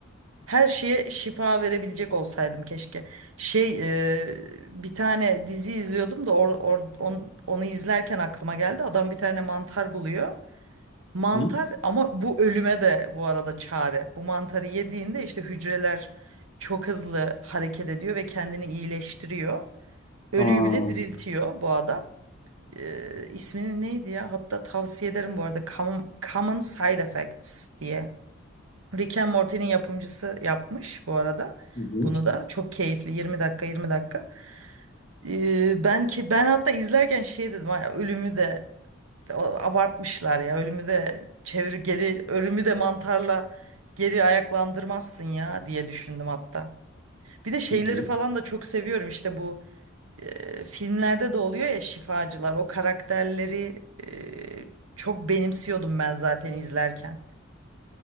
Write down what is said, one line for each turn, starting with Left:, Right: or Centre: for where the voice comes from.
Right: her şeye şifa verebilecek olsaydım keşke. Şey e, bir tane dizi izliyordum da or, or- on- onu izlerken aklıma geldi. Adam bir tane mantar buluyor. Mantar
Left: Hı?
Right: ama bu ölüme de bu arada çare. Bu mantarı yediğinde işte hücreler çok hızlı hareket ediyor ve kendini iyileştiriyor. Ölüyü
Left: Aa, hı
Right: bile diriltiyor bu adam e, ismini neydi ya? Hatta tavsiye ederim bu arada. Common, Common Side Effects diye. Rick and Morty'nin yapımcısı yapmış bu arada.
Left: hı,
Right: Bunu da çok keyifli 20 dakika 20 dakika. E, ben ki ben hatta izlerken şey dedim "Ay, ölümü de o- abartmışlar ya. Ölümü de çevir geri ölümü de mantarla geri ayaklandırmazsın ya diye düşündüm hatta. Bir de şeyleri
Left: hı hı.
Right: falan da çok seviyorum işte bu e, filmlerde de oluyor ya şifacılar. O karakterleri e, çok benimsiyordum ben zaten izlerken.